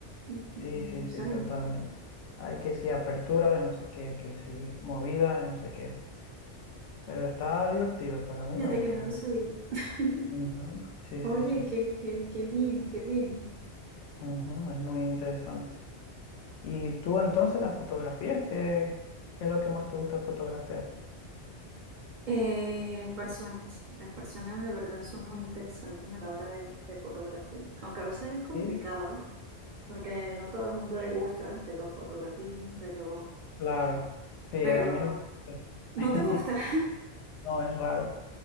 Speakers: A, on the right; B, on the left.
A: Mm,
B: Sí, sí,
A: Sí.
B: sí, totalmente. Hay que sí, apertura de no sé qué, que sí, movida de no sé qué. Pero está divertido, pues a mí
A: Fíjate
B: me gusta
A: que no
B: mucho.
A: lo sabía. <laughs>
B: Ujú. Sí,
A: Oye,
B: sí, sí. sí.
A: qué, qué, qué bien, qué bien.
B: Ujú, Es muy interesante. ¿Y tú entonces las fotografías? ¿Qué, qué es lo que más te gusta fotografiar?
A: Eh, personas, las personas de verdad son muy interesantes a la hora de, de fotografiar, aunque a veces es complicado.
B: Sí.
A: porque no todo el mundo le gusta que los fotografíen, pero,
B: Claro. Sí,
A: pero
B: a mí no me gusta.
A: no
B: <laughs>
A: te gusta. <laughs>
B: No, es raro.